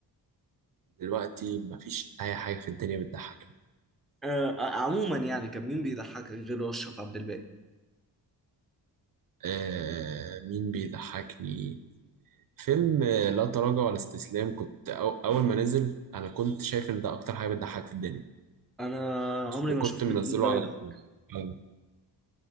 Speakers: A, on the right; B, in the centre.
A: دلوقتي ما فيش اي حاجه في الدنيا بتضحك
B: آه آه، عموما يعني كان مين بيضحكك غير اشرف عبد الباقي
A: آه مين بيضحكني فيلم آه، لا تراجع ولا استسلام كنت أو أول ما نزل أنا كنت شايف إن ده أكتر حاجة بتضحك في الدنيا
B: انا عمري
A: وكنت
B: ما شفت
A: منزله
B: الفيلم ده بيضحك
A: على ال- على-